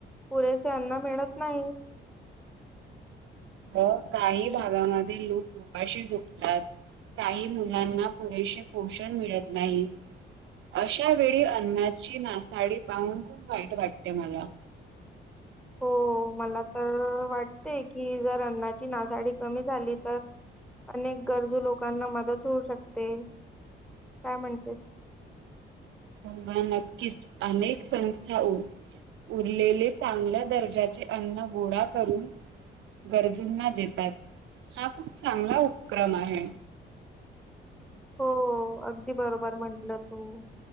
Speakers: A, in the centre; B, on the right.
A: पुरेसे अन्न मिळत नाहीत.
B: काही भागामध्ये लोक उपाशी झोपतात काही मुलांना पुरेसे पोषण मिळत नाही अशा वेळी अन्नाची नासाडी पाहून खूप वाईट वाटते मला.
A: हो मला तर वाटते की जर अन्नाची नासाडी कमी झाली तर अनेक गरजू लोकांना मदत होऊ शकते, काय म्हणते
B: ह नक्कीच. अनेक संस्था उरलेले चांगल्या दर्जाचे अन्न गोळा करून गरजूंना देतात हा खूप चांगला उपक्रम आहे.
A: हो अगदी बरोबर म्हटलं तू.